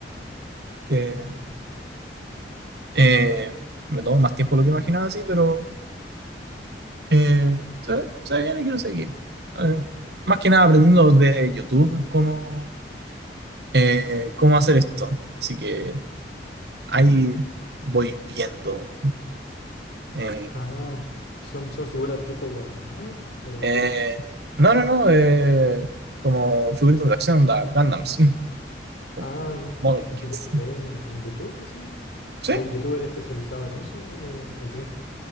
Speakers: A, on the right (about 65°); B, on the left (about 85°).
A: que
B: Mm.
A: eh, me tomó más tiempo de lo que imaginaba así, pero eh, se ve, se ve bien y quiero seguir. Eh, más que nada aprendiendo de YouTube cómo, eh, cómo hacer esto. Así que ahí voy viendo. Eh,
B: Ah, ¿son, son figuras tipo Warhammer o
A: eh,
B: qué?
A: no, no, no, eh, como figuritas de acción, da Gundams, mm, como
B: Ah, ya.
A: model
B: ¿Y
A: kits.
B: ¿Tipo que veis en YouTube así?
A: Sí,
B: ¿Hay youtuber especializado en eso o, o qué?